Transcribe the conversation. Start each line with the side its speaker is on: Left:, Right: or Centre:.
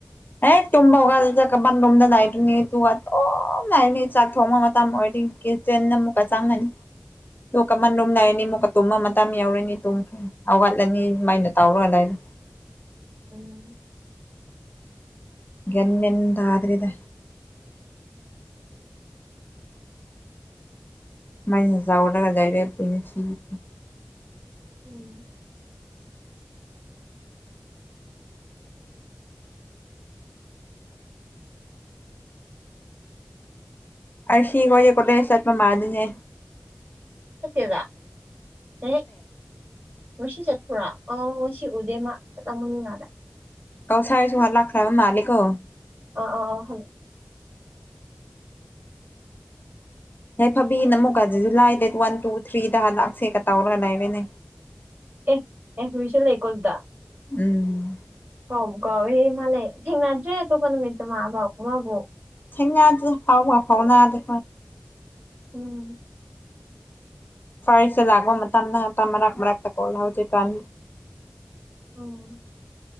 Left: ꯑꯦ ꯇꯨꯝ ꯍꯧꯒꯠꯄꯒ ꯆꯠꯀ ꯃꯥ ꯕꯔꯨꯝꯗ ꯂꯩꯔꯅꯤ ꯑꯗꯨꯒ ꯑꯗꯨꯝ ꯂꯩꯔꯅꯤ ꯑꯗꯨꯒ ꯆꯛ ꯊꯣꯛ ꯃꯇꯝ ꯑꯣꯏ ꯇꯤꯝ ꯀꯤꯆꯟ ꯑꯃꯨꯛꯀ ꯆꯥꯡꯉꯅꯤ ꯅꯨ ꯀꯃꯟ ꯔꯣꯝ ꯅꯥꯔꯅꯤ ꯃꯨꯛꯀ ꯇꯨꯝꯃ ꯃꯇꯝ ꯌꯥꯎꯔꯅꯤ ꯇꯨꯝꯈ꯭ꯔꯦ ꯍꯧꯒꯠꯂꯅꯤ ꯁꯃꯥꯏꯅ ꯇꯧꯔ ꯂꯩꯔꯅꯤ
Right: ꯎꯝ
Left: ꯒꯤꯌꯟ ꯃꯦꯟꯒ ꯇꯗ꯭ꯔꯦꯗ <unintelligible>
Right: ꯎꯝ
Left: ꯑꯔꯁꯤ ꯈꯣꯏꯗꯤ ꯀꯣꯂꯦꯖ ꯆꯥꯠꯄ ꯃꯂꯤꯅꯦ
Right: ꯆꯠꯇꯦꯕ ꯍꯥꯏꯠ ꯉꯁꯤ ꯆꯠꯄ꯭ꯔꯣ ꯑꯥꯎ ꯉꯁꯤ ꯎꯗꯦ ꯃꯥ ꯆꯠꯂꯝꯒꯅꯤ ꯃꯥꯂꯦ
Left: ꯀꯧꯁꯥꯏꯁꯨ ꯍꯂꯥꯛꯈ꯭ꯔꯕ ꯃꯥꯂꯦꯀꯣ
Right: ꯑꯥ ꯑꯥ ꯑꯥ ꯍꯧ
Left: ꯌꯥꯏꯐꯥꯕꯤꯅ ꯑꯃꯨꯛꯀ ꯖꯨꯂꯥꯏ ꯗꯦ ꯋꯥꯟ ꯇꯨ ꯊ꯭ꯔꯤꯗ ꯂꯥꯛꯁꯦꯒ ꯇꯧꯔꯒ ꯂꯩꯔꯦꯅꯦ
Right: ꯑꯦ ꯑꯦ ꯌꯥꯏꯐꯕꯤꯁꯨ ꯂꯩꯀꯣ ꯑꯗꯨꯗ
Left: ꯎꯝ
Right: ꯀꯥꯎꯕꯨ ꯀꯥꯎꯏꯍꯦ ꯃꯥ ꯂꯩ ꯊꯦꯡꯅꯗ꯭ꯔꯦ ꯇꯣꯄ ꯅꯨꯃꯤꯠꯇ ꯃꯥ ꯃꯥꯕꯨ
Left: ꯊꯦꯡꯅꯗꯦ ꯐꯥꯎꯕ ꯐꯥꯎꯅꯗꯦ
Right: ꯎꯝ
Left: ꯁ꯭ꯋꯥꯏꯁꯦ ꯂꯥꯛꯄ ꯃꯇꯝꯅꯤ ꯍꯟꯗꯛ ꯃꯔꯛ ꯃꯔꯛꯇ ꯀꯣꯜ ꯍꯧꯖꯤꯛꯀꯟ
Right: ꯎꯝ